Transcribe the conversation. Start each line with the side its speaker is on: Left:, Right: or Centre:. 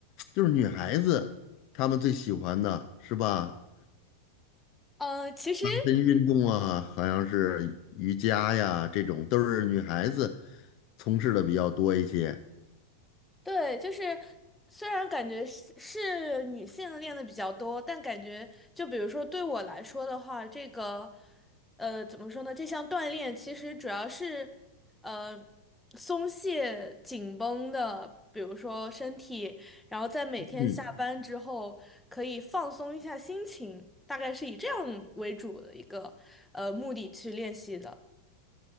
Left: 就是女孩子她们最喜欢的是吧？
Centre: 呃，其实。
Left: 拉伸运动啊，好像是瑜伽呀，这种都是女孩子从事的比较多一些。
Centre: 对，就是虽然感觉是是女性练的比较多，但感觉就比如说对我来说的话，这个呃怎么说呢？这项锻炼其实主要是呃松懈紧绷的，比如说身体，然后在每天下班之后可以放松一下心情，
Left: 嗯，
Centre: 大概是以这样为主的一个呃目的去练习的。